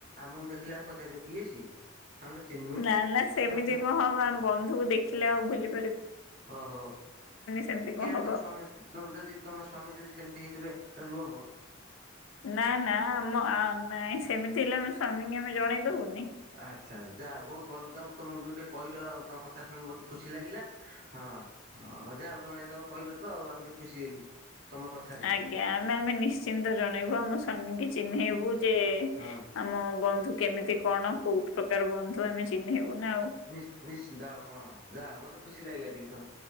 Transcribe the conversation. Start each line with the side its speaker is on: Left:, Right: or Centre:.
Right: ଆମକୁ ଦେଖିଲେ ଆଉ ପଚାରିବ କିଏ ସିଏ? ଆମେ ତ ଚିହ୍ନିନୁ
Left: ନା ନା ସେମିତି
Right: ତମେ ତ
Left: କଣ ହବ ଆମ ବନ୍ଧୁକୁ ଦେଖିଲେ ଆଉ ଭୁଲିବୁ
Right: ହଁ ହୋ
Left: ସେମିତି
Right: କିଆଁ
Left: ହବ।
Right: କଣ ସମ ଯଦି ତମେ ସମତେ ସ୍ଵାମୀ ଯଦି ସେମିତି ହେଇଥିବେ ରୁହମ
Left: ନା ନା ଆମ ନାଇଁ ସେମିତି ହେଲେ ଆମ ସ୍ୱାମୀଙ୍କୁ ଆମେ ଜଣେଇ ଦବୁନୁ
Right: ଆଚ୍ଛା ଯା ବହୁତ ଭଲ ଯେ ତମେ ଯୋଉଟା କହିଲ ଆଉ ତମ କଥା ଶୁଣି ବହୁତ ଖୁସି ଲାଗିଲା ହଁ ହଁ ଯାଉ ଜଣେଇଦବ କହିଲ ତ ଆଉ ଆମ ଟିକେ ଖୁସି ହେଲୁ ତମ କଥାରେ
Left: ଆଜ୍ଞା ଆମେ ଆମେ ନିଶ୍ଚିନ୍ତ ଜଣେଇବୁ ଆମ ସ୍ୱାମୀଙ୍କୁ ଚିହ୍ନେଇବୁ ଯେ
Right: ହଁ।
Left: ଆମ ବନ୍ଧୁ କେମିତି କଣ କୋଉ ପ୍ରକାର ବନ୍ଧୁ ଆମେ ଚିହ୍ନେଇବୁ। ନା ଆଉ।
Right: ନିଶ୍ ନିଶ୍ଚିନ୍ତ ହଁ ହଁ ଯାହଉ ମତେ ଖୁସି ଲାଗିଲା ଟିକେ ତମ